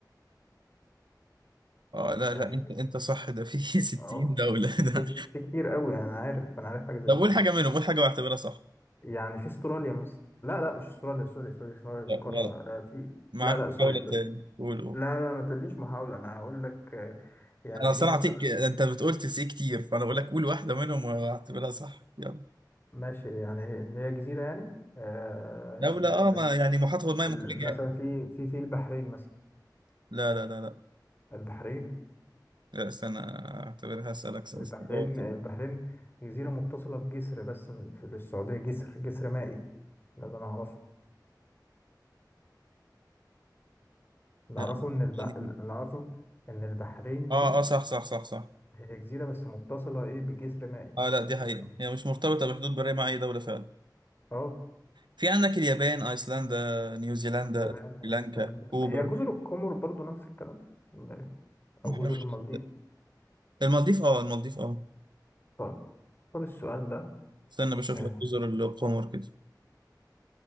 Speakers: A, on the right; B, on the left.
A: اه لا
B: يعني
A: لا انت انت صح ده في <laughs> 60
B: اه
A: دولة ده
B: في في كتير قوي يعني انا عارف انا عارف حاجه زي
A: طب
B: كده
A: قول حاجة منهم قول حاجة بعتبرها صح
B: يعني في استراليا مثلا لا لا مش استراليا سوري سوري استراليا دي
A: لا،
B: القاره
A: غلط
B: آه، في
A: معاك
B: لا لا سوري
A: دولة
B: سوري
A: تاني قول قول
B: لا لا ما تقوليش محاوله انا هقول لك آه، يعني
A: انا
B: في
A: اصل أنا
B: مثلا
A: هعطيك انت بتقول تسي كتير فانا بقول لك قول واحدة منهم واعتبرها صح يلا
B: ماشي يعني اللي هي جزيره يعني آه،
A: دولة
B: ال- ال-
A: اه ما يعني محاط هو الماء
B: ال-
A: من كل جهة
B: مثلا في في في البحرين مثلا
A: لا لا لا لا
B: البحرين
A: لا استنى اعتبرها اسألك سؤال
B: البحرين
A: سؤال.
B: البحرين جزيره متصله بجسر بس في للسعوديه جسر جسر مائي ده اللي انا اعرفه اللي
A: لا
B: اعرفه ان الب...
A: يعني-
B: اللي اعرفه ان البحرين
A: اه
B: دي
A: اه صح صح صح صح
B: هي جزيرة بس متصلة إيه بجسر مائي
A: اه لا دي حقيقة
B: اسطنبول
A: هي مش مرتبطة بحدود برية مع اي دولة فعلا
B: أه
A: في عندك اليابان ايسلندا نيوزيلندا
B: اليابان
A: سريلانكا
B: وأيسلندا
A: كوبا
B: هي جزر القمر برضو نفس الكلام ولا إيه؟ أو
A: ما اعرفش
B: جزر المالديف
A: المالديف اه المالديف اه
B: طيب خد السؤال ده
A: استنى بشوف
B: آه،
A: لك جزر القمر كده